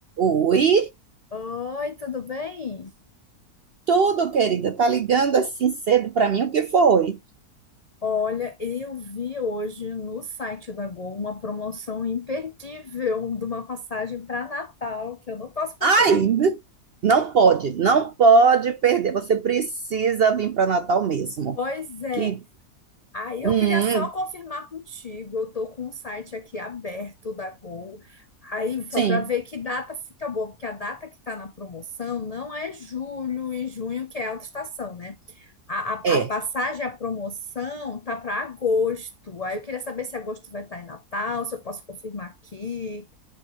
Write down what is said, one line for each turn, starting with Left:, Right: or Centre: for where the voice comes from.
Right: Oi,
Left: Oi, tudo bem?
Right: tudo, querida. Tá ligando assim cedo pra mim? O que foi?
Left: Olha, eu vi hoje no site da Gol uma promoção imperdível de uma passagem para Natal que eu não posso perder.
Right: Ainda não pode, não pode perder. Você precisa vir para Natal mesmo.
Left: Pois é,
Right: Que,
Left: Aí eu
Right: hum,
Left: queria só confirmar contigo. Eu tô com um site aqui aberto da Gol. Aí para
Right: sim,
Left: ver que data fica boa, porque a data que está na promoção não é julho e junho, que é alta estação, né? A, a,
Right: é.
Left: a passagem, a promoção tá para agosto. Aí eu queria saber se agosto vai estar em Natal, se eu posso confirmar aqui,